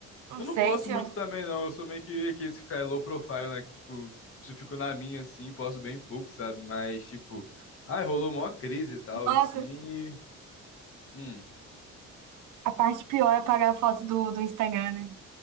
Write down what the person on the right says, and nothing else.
não
sei
se
eu...
Nossa,
a parte pior é apagar a foto do, do Instagram, né?